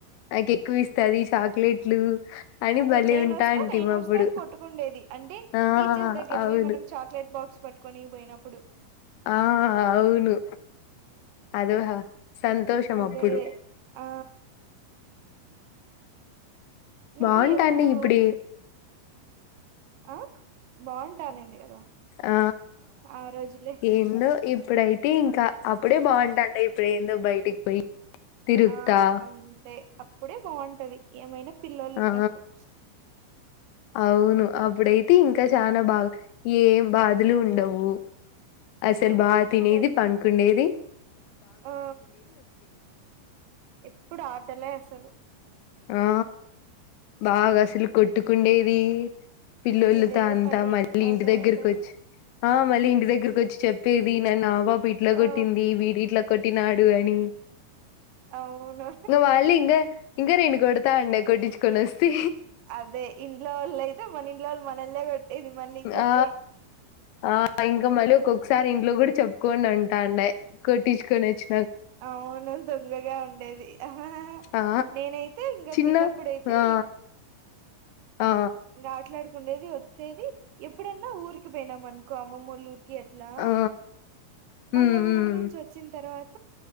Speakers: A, on the left; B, on the right.
A: నాకు ఎ ఎక్కువవిస్తది, చాక్లెట్లు అని
B: అదే
A: భలే
B: నేను
A: ఉంటాంటిమి
B: వస్తా నేను వస్తా
A: అప్పుడు
B: అని కొట్టుకుండేది అంటే
A: ఆ
B: టీచర్స్ దగ్గర,
A: అవును
B: మే మనం చాక్లట్ బాక్స్ పట్టుకొన్ని, నేను పోయినప్పుడు.
A: ఆ అవును. అదోహా సంతోషం
B: అదే
A: అప్పుడు,
B: ఆ నువ్వు
A: బాగుంటాండి
B: ఎప్పుడూ
A: ఇప్పుడు
B: ఆ బాగుంట అనింది కదా,
A: ఆ
B: ఆ రోజులే
A: ఏందో ఇ ఇప్పుడైతే ఇంకా, అప్పుడే బాగుంటాండే ఇప్పుడు ఎం, దా బయటికి పోయి తిరుగుతా
B: ఆ అంతే అప్పుడే బావుంటది ఏమైనా పిల్లలు
A: ఆ
B: ఉన్నప్పుడు,
A: అవును అప్పుడైతే ఇంకా చాలా బా ఏ బాధలు ఉండవు. అసలు
B: ఆ
A: బాగా
B: ఇప్పుడు
A: తినేది పండుకునేది.
B: ఆ ఎప్పుడు ఆటలే అసలు.
A: ఆ బాగా అసలు కొట్టుకుండేది. పిలొల్లుతో
B: ఇదే
A: అంతా
B: పని
A: మళ్ళీ
B: అదే
A: ఇంటి దగ్గర
B: అదే
A: కొచ్ ఆ మళ్ళీ ఇంటి దగ్గరకు. చెప్పేది ఈనానవ్ ఇట్ల కొట్టింది
B: ఆ
A: విడిట్ల కొట్టినాడు అని
B: అవును
A: <unintelligible> నువ్వు వాళ్ళ ఇంగ ఇంగ రేను కొడతా అండే కొట్టించుకొని వస్తీ.
B: అదే ఇంట్లోలై మన ఇంట్లొవోల్ మనల్నే పే ఇది మళ్ళీ చెప్తే
A: ఆ ఆ ఇంకా
B: ఉమ్,
A: మళ్ళీ ఒక్కొక్కసారి ఇంట్లో కూడా చెప్ కొండంటండే కొట్టించుకొని నోచ్
B: అవును దొంగగా ఉండేది హహహ
A: ఆ
B: నేనైతే ఇంకా
A: చిన్న
B: పిల్లప్పుడైతే
A: ఆ ఆ
B: ఆట్లాడుకు. ఉండేది వచ్చేది ఎప్పుడన్నా ఊరికి పోయినాం అనుకో అమ్మమోళ్ళ ఊరికి. గెట్లా
A: ఆ
B: మళ్ళా
A: ఉమ్ ఉమ్
B: ఊరు నుంచి వచ్చిన తర్వాత. ఆ.